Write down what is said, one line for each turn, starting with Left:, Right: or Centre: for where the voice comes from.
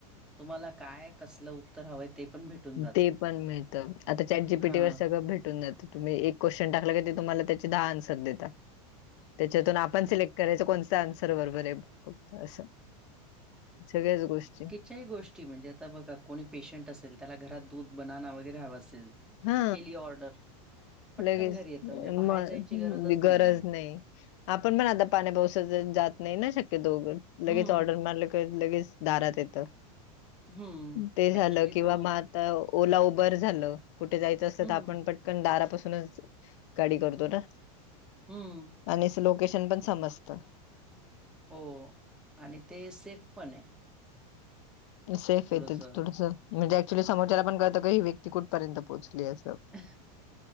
Centre: तुम्हाला काय? कसलं उत्तर हवं ते पण भेटून जातो
Left: ते पण मिळतं. आता चॅट जीपीटी
Centre: हा.
Left: वर भेटून जात तुम्ही एक क्श्चन टाकलं क तु्हाला त्याची दहा आन्र देत. त्याच्यातून आपण सिलेक्ट करायच कोण? आन्सर वरोबरे बघत असं सगळ्याच गोष्टी
Centre: ही गोष्टी म्हणजे आता बघा कोणी पेशंट असेल त्याला घरात दूध बना वगैरे हवा असेल.
Left: हा
Centre: केली ऑर्डर पटकन
Left: लगेच
Centre: घरी येतं
Left: म
Centre: म्हणजे बाहेर जायची गरजच
Left: गरज
Centre: नाहीये.
Left: नाही. आपण पण आता पाणी बस जात नाही ना शक्य दोघं
Centre: हं,
Left: लगेच ऑर्डर मारलं क लगेच दारात येत
Centre: हं.
Left: ते झालं
Centre: ॲक्चुअली
Left: किंवा
Centre: तो
Left: मग आता ओला उबर झालं. कुठे जायचं असल
Centre: हं,
Left: तर आपण पटकन दारापासूनच गाडी करतो ना
Centre: हम्म
Left: आणि लोकेशन पण समजत.
Centre: हो आणि ते सेफ पण आहे.
Left: सेफ
Centre: थोडंसं.
Left: येत थोडसं म्हणजे ऍक्च्युली समोरला आपण कळतं का ही व्यक्ती कुठपर्यंत पोहोचली असं
Centre: ह